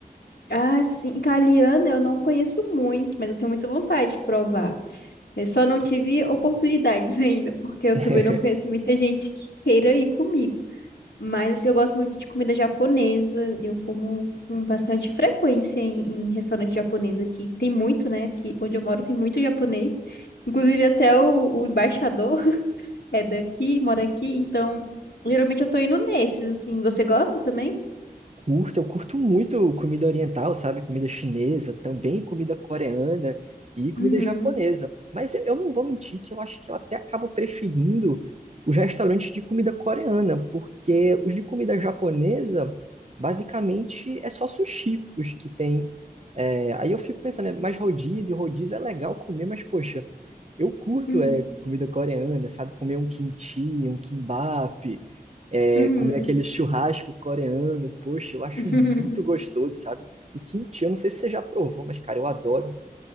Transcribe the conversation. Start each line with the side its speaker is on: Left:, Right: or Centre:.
Left: Ah, sim, italiana eu não conheço muito, mas eu tenho muita vontade de provar. Eu só não tive oportunidades <laughs> ainda, porque eu
Right: <laughs>
Left: também não conheço muita gente que queira ir comigo. Mas assim, eu gosto muito de comida japonesa, eu como com bastante frequência em, em restaurante japonês aqui. Tem muito, né? Aqui onde eu moro tem muito japonês. Inclusive até o, o embaixador. é daqui, mora aqui, então geralmente eu tô indo nesses, assim. Você gosta também?
Right: Curto, eu curto muito comida oriental, sabe? Comida chinesa, também comida coreana e comida
Left: Uhum,
Right: japonesa. Mas eu eu não vou mentir que eu acho que eu até acabo preferindo os restaurantes de comida coreana, porque os de comida japonesa, basicamente, é só sushi os que tem. É, aí eu fico pensando, é mais rodízio, rodízio é legal comer, mas poxa, eu curto
Left: uhum,
Right: é, comida coreana, sabe? Comer um kimchi, um kimbap é,
Left: uhum,
Right: comer aquele churrasco coreano, poxa, eu acho
Left: <laughs>
Right: muito gostoso, sabe? E kimchi, eu não sei se você já provou, mas cara, eu adoro.